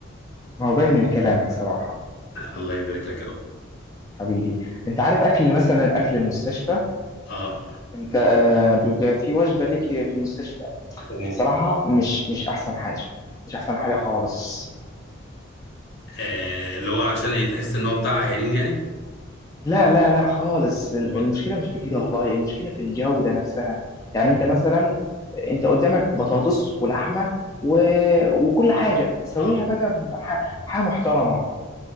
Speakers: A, on the left; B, on the left.
A: ما هو باين من كلامك صراحه
B: الله يبارك لك يا رب
A: حبيبي انت عارف اكل مثلا اكل المستشفى
B: اه
A: انت آه، بيبقى في وجبه ليك في المستشفى
B: تمام
A: صراحة مش مش أحسن حاجة مش أحسن حاجة خالص
B: آه، اللي هو عشان يتحس ان هو بتاع عيانين يعني
A: لا لا لا خالص المشكلة
B: مو-
A: مش في كده والله المشكلة في الجودة نفسها يعني أنت مثلا أنت قدامك بطاطس ولحمة و... وكل حاجة سويها
B: اه
A: بقى بح- حاجة محترمة